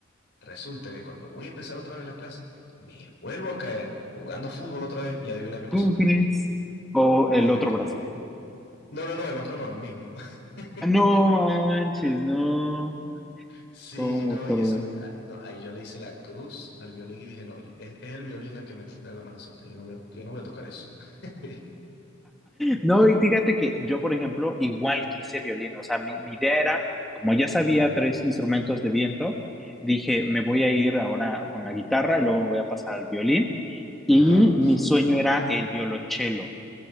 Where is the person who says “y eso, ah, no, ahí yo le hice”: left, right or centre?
Left